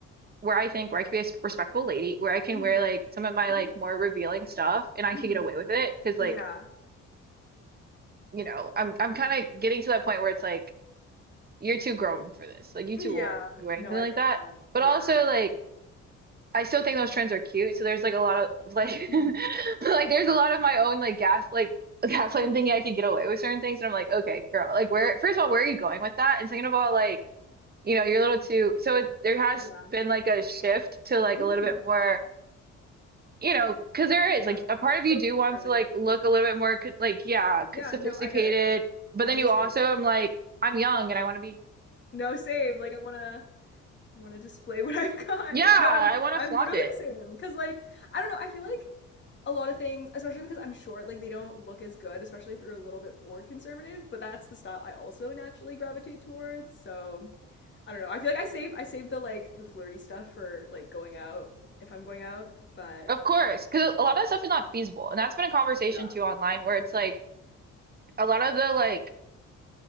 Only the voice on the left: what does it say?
hmm
<laughs>
hmm
Yeah,
yeah.
No,
I
get
that.
Yeah.
hmm
<laughs>
Yeah.
hmm
Yeah.
Little
conservative.
Yeah,
no, I get it.
I'm
the same
way.
No, same. Like I wanna I want to display what <laughs> I've got.
No, I'm
I'm
literally
the same cuz like I don't know, I feel like a lot of things, especially because I'm short, like they don't look as good, especially if you're a little bit more conservative, but that's the style I also naturally gravitate towards. So, I don't know. I feel like I save I save the like the flirty stuff for like going out if I'm going out, but
Yeah.